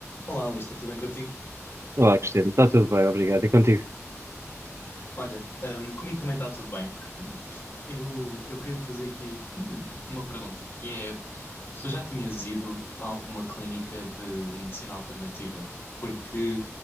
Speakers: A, on the left (about 55°); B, on the right (about 55°).
A: Olá, Luís, está tudo bem contigo?
B: Olá, Cristiano, está tudo bem, obrigado. E contigo?
A: Olha, ahm, comigo também está tudo bem. Eu, eu queria te fazer aqui <clears throat> uma pergunta, que é se tu já tinhas ido a alguma clínica de medicina alternativa? Porque